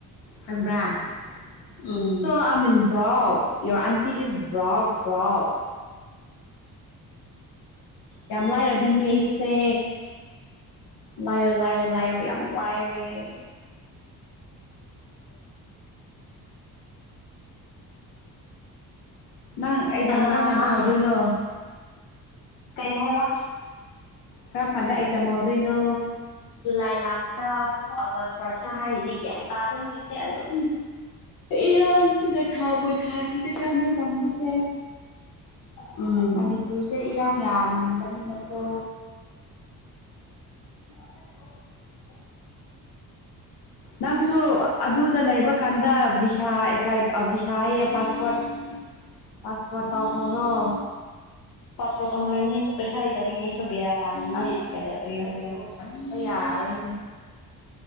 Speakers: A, on the left; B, on the left.
A: ꯈꯪꯕ꯭ꯔꯥ
B: um
A: so I mean broke your aunty is broke broke ꯌꯥꯝ ꯂꯥꯏꯔꯕꯤꯅꯦ ꯑꯩꯁꯦ ꯂꯥꯏꯔ ꯂꯥꯏꯔ ꯂꯥꯏꯔꯣꯏ ꯌꯥꯝ ꯂꯥꯏꯔꯦ <inaudible> ꯅꯪ ꯑꯦꯛꯖꯥꯝ
B: ꯑꯥ
A: ꯀꯔꯝ ꯀꯥꯟꯗ ꯍꯧꯗꯣꯏꯅꯣ
B: ꯀꯩ ꯍꯥꯏꯦꯕ
A: ꯀꯔꯝ ꯐꯥꯟꯗ ꯑꯦꯛꯖꯥꯝ ꯑꯥꯎꯣꯏꯅꯣ
B: ꯖꯨꯂꯥꯏ ꯂꯥꯁꯇ ꯑꯒꯁ ꯐꯥꯔꯁꯇ ꯍꯥꯏꯔꯤꯅꯦ ꯒ꯭ꯌꯥꯟ ꯇꯥꯗꯦ ꯃꯩꯁꯦ ꯑꯗꯨꯝ
A: ꯏꯔꯟ ꯁꯤꯒ ꯊꯥꯕꯨ ꯊꯥꯈꯤꯒꯗ꯭ꯔꯥ ꯅꯣꯏ ꯀꯥꯡꯕꯨꯁꯦ
B: ꯎꯝ
A: ꯃꯅꯤꯄꯨꯔꯁꯦ ꯏꯔꯥꯡ ꯌꯥꯝꯕꯅꯤꯅꯀꯣ
B: <inaudible>
A: ꯅꯪꯁꯨ ꯑꯗꯨ ꯑꯗꯨ ꯂꯩꯕ ꯀꯥꯟꯗ ꯚꯚꯤꯁꯥ ꯑꯦꯄ꯭ꯂꯥꯏ ꯕꯤꯚꯤꯁꯥ ꯍꯥꯏꯌꯦ ꯄꯥꯁꯄꯣꯔꯠ ꯄꯥꯁꯄ ꯇꯥꯎ ꯍꯔꯣ
B: ꯐꯁꯄꯠꯇꯣ ꯍꯅꯤ ꯁ ꯄꯩꯁꯥ ꯂꯩꯗꯕꯕꯤ ꯌꯥ ꯑꯩ ꯁꯣ ꯕꯔ ꯇꯔꯤꯅꯦ
A: ꯑꯁ
B: ꯀ ꯀꯔꯤ ꯍꯥꯏꯁꯤꯔ
A: ꯑꯩ ꯀꯣꯜ ꯄꯥꯏꯈꯠꯄ ꯌꯥꯔꯣꯏꯅꯦ